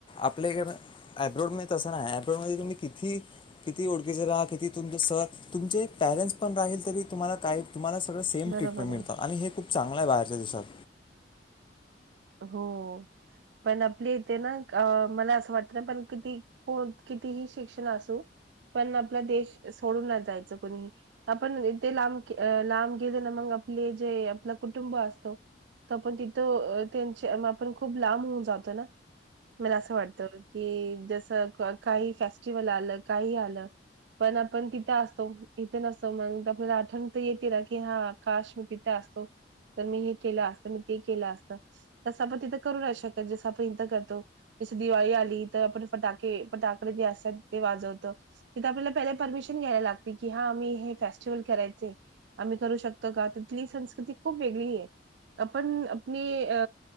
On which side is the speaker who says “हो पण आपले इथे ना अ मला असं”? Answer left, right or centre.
Right